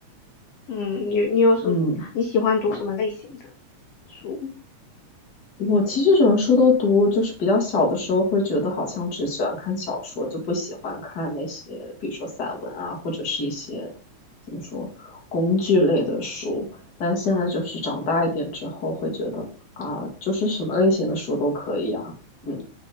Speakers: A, on the left; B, on the left.
A: 嗯，你你有什么你喜欢读什么类型的
B: 嗯。
A: 书？
B: 我其实什么书都读，就是比较小的时候会觉得好像只喜欢看小说，就不喜欢看那些，比如说散文啊，或者是一些怎么说工具类的书。但现在就是长大一点之后，会觉得啊，就是什么类型的书都可以啊，嗯，